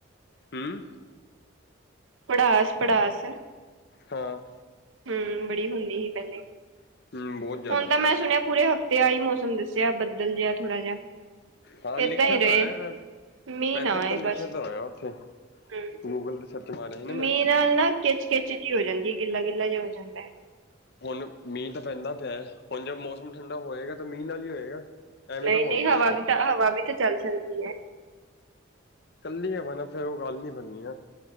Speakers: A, on the left (about 55°); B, on the right (about 80°).
A: ਹਮਮ।
B: ਪੜਾਸ ਪੜਾਸ ਹੈ।
A: ਹਾਂ।
B: ਹਮ ਬੜੀ ਹੁੰਦੀ ਸੀ ਪਹਿਲੇ
A: ਹੂੰ ਬਹੁਤ ਜ਼ਿਆਦਾ
B: ਹੁਣ ਤਾਂ ਮੈਂ ਸੁਣਿਆ ਪੂਰੇ ਹਫ਼ਤੇ। ਤੇ ਆਹੀ ਮੌਸਮ ਦੱਸਿਆ ਬਦਲ ਜਿਹਾ ਥੋੜਾ ਜਿਹਾ।
A: ਹਾਂ ਲਿਖਿਆ
B: ਏਦਾਂ ਹੀ
A: ਤਾਂ
B: ਰਹੇ
A: ਹੋਯਾ।
B: ਮੀਂਹ
A: ਵੈਦਰ
B: ਨਾ ਆਏ
A: ਤਾਂ ਲਿਖਿਆ
B: ਬਸ
A: ਤਾਂ ਹੋਇਆ ਉੱਥੇ
B: ਹਮ
A: ਗੂਗਲ ਤੇ ਸਰਚ। ਮਾਰਿਆ ਸੀ ਨਾ
B: ਮੀਂਹ
A: ਮੈਂ
B: ਨਾਲ ਨਾ ਕਿਚ ਕਿਚ ਜਿਹੀ ਹੋ ਜਾਂਦੀ ਹੈ ਗਿੱਲਾ ਗਿੱਲਾ ਜਿਹਾ ਹੋ ਜਾਂਦਾ ਹ।
A: ਹੁਣ ਮੀਂਹ ਤਾਂ ਪੈਂਦਾ ਪਿਆ ਹੈ ਹੁਣ ਜੇ ਮੌਸਮ ਠੰਡਾ ਹੋਏਗਾ ਤਾਂ ਮੀਂਹ ਨਾਲ ਹੀ ਹੋਏਗਾ। ਐਵੇਂ
B: ਨਹੀਂ
A: ਤਾਂ ਹੋਣ
B: ਨਹੀਂ
A: ਤੋਂ
B: ਹਵਾ
A: ਰਿਹਾ
B: ਵੀ ਤਾਂ ਹਵਾ ਵੀ ਤਾਂ ਚੱਲ ਸਕਦੀ ਹੈ।
A: ਕੱਲੀ ਆ ਬ ਨਾ ਫੇਰ ਉਹ ਗੱਲ ਨੀ ਬਣਨੀ ਆ।